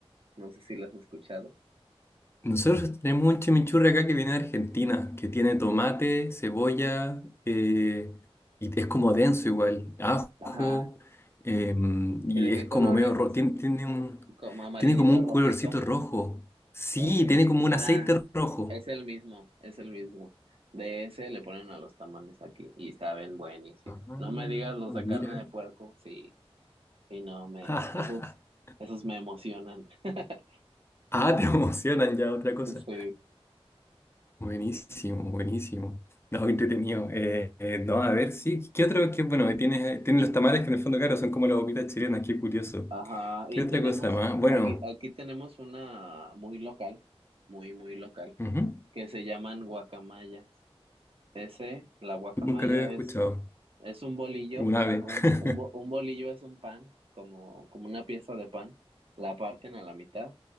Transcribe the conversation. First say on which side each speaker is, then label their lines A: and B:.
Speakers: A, on the right; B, on the left.
A: No sé si la has escuchado.
B: Nosotros tenemos un chimichurri acá que viene de Argentina, que tiene tomate, cebolla, eh, y es como denso igual, ajo,
A: Ajá.
B: eh, y
A: ¿Y de
B: es
A: qué color
B: como medio
A: es?
B: rojo.
A: ¿Es
B: Tiene, tiene un,
A: como amarillito
B: tiene como un
A: rojizo?
B: colorcito rojo. Sí,
A: Ok.
B: tiene como
A: Ah,
B: un aceite rojo.
A: es el mismo, es el mismo. De ese le ponen a los tamales aquí y saben buenísimo.
B: Ah,
A: No me digas los
B: mira.
A: de carne de puerco, sí. Y no, me,
B: <laughs>
A: esos, esos me emocionan. <laughs>
B: Ah, te emocionan ya otra cosa.
A: Sí,
B: Buenísimo, buenísimo. No, qué entretenido. Eh, eh, no, a ver, sí. ¿Qué otro? Qué, bueno, tienes tiene los tamales que en el fondo, claro, son como las boquitas chilenas, qué curioso.
A: ajá.
B: ¿Qué
A: Y
B: otra
A: tenemos,
B: cosa más? Bueno,
A: aquí, aquí tenemos una muy local, muy, muy local,
B: ujú,
A: que se llaman guacamayas. Ese, la guacamaya
B: Nunca lo había escuchado.
A: es, es un bolillo,
B: Un ave.
A: un, un,
B: <laughs>
A: un bo- un bolillo es un pan, como, como una pieza de pan. La parten a la mitad,